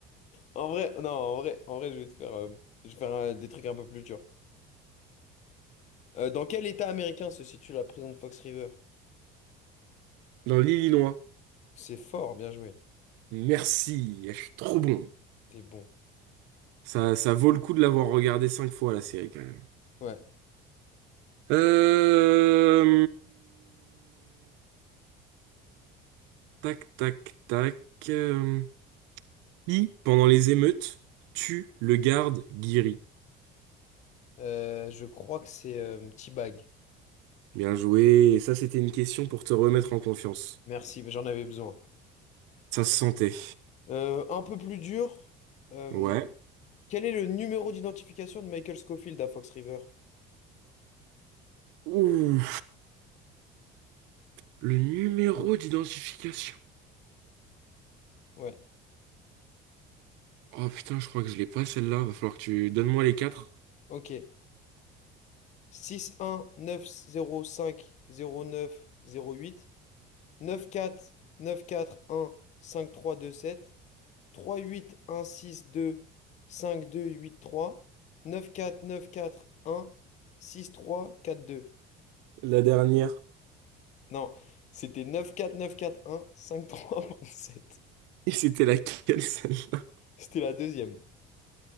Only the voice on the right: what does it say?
Dans l'île
Merci, elle est trop bon.
Ça, ça vaut le coup de l'avoir regardé cinq fois la série quand même.
Euh... Tac, tac, tac. euh, Qui, pendant les émeutes, tue le garde Guiri?
Bien joué. Et ça, c'était une question pour te remettre en confiance.
Ça se sentait.
Ouais.
Ouh, le numéro d'identification.
Oh putain, je crois que je l'ai pas celle-là. Va falloir que tu donnes-moi les quatre.
La dernière.
Et c'était laquelle celle-là?